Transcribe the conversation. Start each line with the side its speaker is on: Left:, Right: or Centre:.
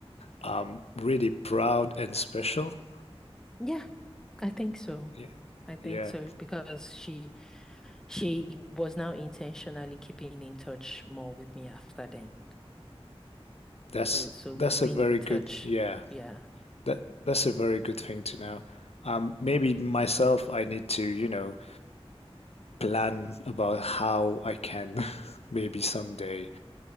Left: um really proud and special.
Centre: Yeah, I think so.
Left: Yeah.
Centre: I think
Left: Yeah.
Centre: so because she She was now intentionally keeping in touch more with me after then.
Left: That's
Centre: We- So
Left: that's
Centre: we've been
Left: a very
Centre: in touch.
Left: good. Yeah.
Centre: Yeah.
Left: That that's a very good thing to know. Um, maybe myself, I need to, you know, plan about how I can <laughs> maybe someday